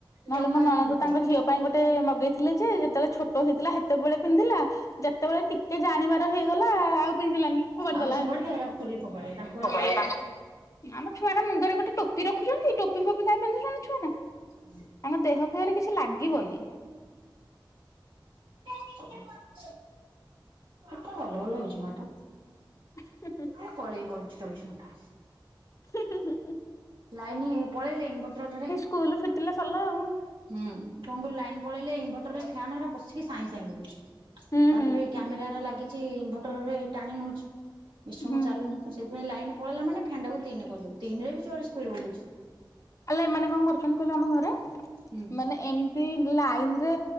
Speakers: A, on the left (about 40°); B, on the right (about 70°).
A: ନହଲେ
B: ଜମା
A: ମୋ
B: ହେରା
A: ନଣନ୍ଦ
B: ମୁଣ୍ଡରେ
A: ତାଙ୍କ
B: ଦଉନି।
A: ଝିଅ ପାଇଁ ଗୋଟେ ମଗେଇଥିଲେ ଯେ ହେତବଳେ ଛୋଟ ହେଇଥିଲା ହେତବଳେ ପିନ୍ଧିଲା। ଯେତବଳେ ଟିକେ ଜାଣିବାର ହେଇଗଲା ଆଉ। ପିନ୍ଧିଲାନି ଫୋପାଡିଦେଲା
B: ଆଉ ସେ
A: ହେଣୁ
B: ପଡେ ଏରା ଖୋଲିକି ଫୋପାଡେ ତାଙ୍କୁ ଏରା
A: ଫୋପାଡିଦେଲା।
B: ଭଲ ଲାଗେ
A: ଆମ ଛୁଆଟା ମୁଣ୍ଡରେ ଗୋଟେ ଟୋପି ରଖୁଚନ୍ତି ଟୋପି ଫୋପି କାଇଁ ପିନ୍ଧୁଚନ୍ତି ଛୁଆଟା।
B: ହୁଁ।
A: ତାଙ୍କ ଦେହ ଫେହରେ କିଛି ଲାଗିବନି।
B: କିଛି କରିବ। କେତେ ବଲ ବଲ ହଉଚି ମ ଏଟା।
A: <unintelligible>
B: ଏ କଳେଇ କରୁଚି ଚବିଶି ଘଣ୍ଟା।
A: <unintelligible>
B: ଲାଇନି ପଳେଇଲେଣି ଇନଭଟରରେ।
A: ସ୍କୁଲୁ ଫିଟିଲେ ସର୍ଲା ଆଉ।
B: ହୁଁ କଣ କହିଲୁ ଲାଇନ ପଳେଇଲେ ଇନଭର୍ଟରରେ ଫ୍ୟାନ୍ ଗୁରା କଷିକି ସାଇଁ ସାଇଁ ବୁଲୁଛି।
A: ହୁଁ
B: ତାପରେ
A: ହୁଁ
B: କ୍ୟାମେରାରା ଲାଗିଛି ଇନଭଟରରେ ଟାଣି ନଉଛି ବେଶୀସମ
A: ହୁଁ।
B: ଚାଲୁନି ତ ସେ ମାନେ ଲାଇନ୍ ପଳେଇଲା ମାନେ ଫ୍ୟାନ୍ଟାକୁ ତିନି କରଦେଉ ତିନିରେ ବି ସେ ଗୋଟେ ସ୍ପିଡ଼୍ ବୁଲୁଛି।
A: ଆଲୋ ଏମାନେ କଣ କରୁଛନ୍ତି କହିଲୁ ଆମ ଘରେ
B: ହୁଁ
A: ମାନେ ଏମ୍ ତି ଲାଇନ୍ ରେ